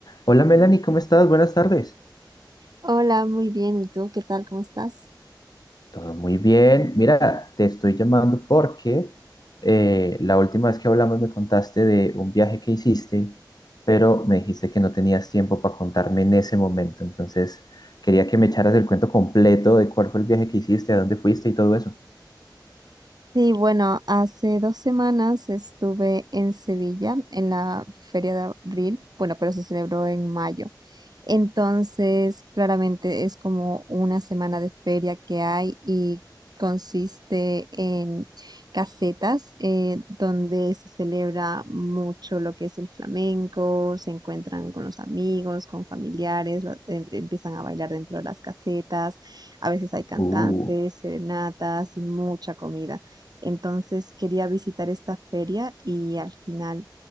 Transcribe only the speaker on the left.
Hola Melanie, ¿cómo estás? Buenas tardes.
Todo muy bien. Mira, te estoy llamando porque eh, la última vez que hablamos me contaste de un viaje que hiciste, pero me dijiste que no tenías tiempo para contarme en ese momento. Entonces, quería que me echaras el cuento completo de cuál fue el viaje que hiciste, a dónde fuiste y todo eso.
Uh,